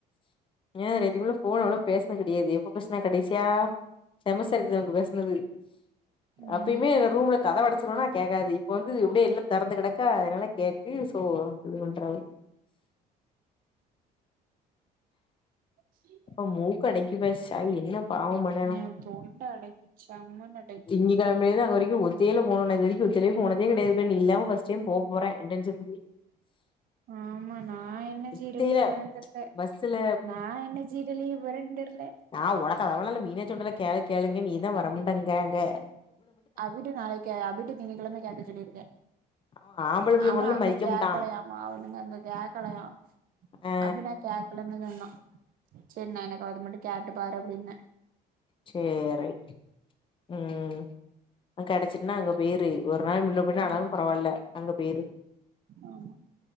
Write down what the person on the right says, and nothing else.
ம்
சிரி
ஏ தொண்ட அடச் சம்முன்னு
ஆமா நா என்ன சீரழியப்
போறேன்னு தெர்ல
நா என்ன சீரழியப் போறேன்னு தெர்ல
அபிட்டு நாளைக்கி அபிட்டு திங்க கெழமை கேக்க சொல்லிருக்கே
அவ
அங்க
கேகலயா
மா அவனுங்க அங்க கேக்கலையா
அபிநா கேகலனு தா சொன்ன செரி நா எனக்கு அது மட்டு கேட்டு பாரு அப்டின்ன
ஆமா
ஆமா